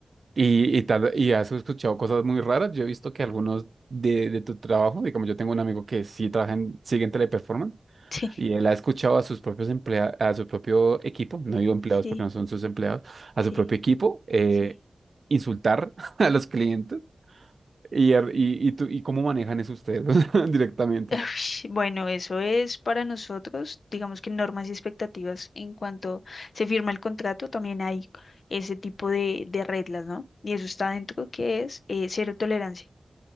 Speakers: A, on the right (about 60°); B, on the left (about 75°).
A: Y, y tal, y has escuchado cosas muy raras. Yo he visto que algunos de, de tu trabajo, y como yo tengo un amigo que sí trabaja en, sigue en Teleperformance,
B: <laughs>
A: Y él ha escuchado a sus propios empleados, a su propio equipo, no digo empleados
B: Sí,
A: porque no
B: sí,
A: son sus empleados, a
B: sí,
A: su propio equipo, eh,
B: sí.
A: insultar <laughs> a los clientes. Y, er- y, y, tú- y cómo manejan eso ustedes <laughs> directamente.
B: Ush, Bueno, eso es para nosotros, digamos que normas y expectativas en cuanto se firma el contrato, también hay ese tipo de, de reglas, ¿no? Y eso está dentro que es eh, cero tolerancia.